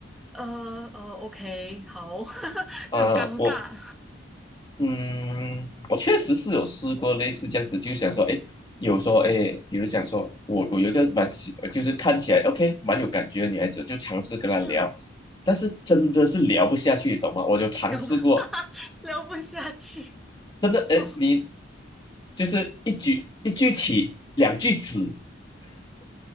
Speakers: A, in the centre; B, on the left.
A: 呃呃 OK 好，<laughs>
B: 啊、
A: 那种尴尬，
B: 我嗯，我确实是有试过类似这样子，就是想说，哎，有说，哎，比如讲说，我我有一个蛮喜，呃就是看起来 OK 蛮有感觉的女孩子，就尝试跟她聊，
A: <laughs> 嗯。
B: 但是真的是聊不下去，懂吗？我就尝试过，
A: 聊不 <laughs> 聊不下去
B: 真的，哎，
A: 哦，
B: 你就是一句一句起，两句止